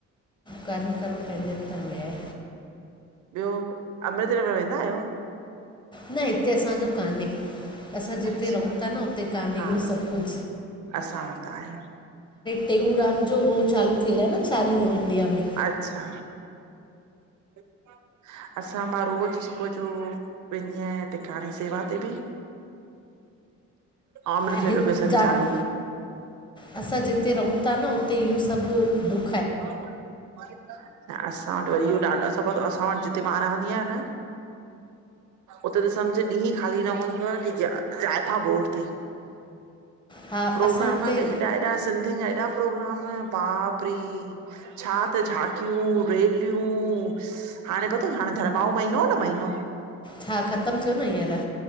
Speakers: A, on the left (about 15°); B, on the right (about 75°).
A: कर्म करणु पंहिंजे हथ में आहे
B: ॿियो अमृत वेला वेंदा आहियो?
A: न हिते असांजो कान्हे असां जिते
B: अच्छा
A: रहूं था न हुते कान्हे
B: हा
A: इहो सभु कुझ
B: असां वटि त आहे
A: टेऊराम जो उो चालू थियल आहे न चालीहो? इंडिया में
B: अचछा <unintelligible> असां मां रोज़ सुबुह जो वेंदी आहियां टिकाणे सेवा ते बि अमृत
A: ऐं
B: वेलो असां जो
A: जात
B: चालू आ
A: असां जिते रहूं था न उते इहो सभु द
B: <unintelligible> असां वटि वरी इहो ॾाढो अ सभां असां वटि जिते मां रहंदी आहियां न उते त सम्झ ॾींही ख़ाली न हूंदो आ <inaudible> मथां बोर थी
A: हा
B: प्रोग्राम
A: असां हिते
B: ते एॾा एॾा सिंधियुनि जा एॾा प्रोग्राम बाप रे छा त झाकियूं! विल्यूं हाणे पतो हाणे धर्माऊ महीनो हा न महीनो
A: छा ख़तमु थियो न हींअर?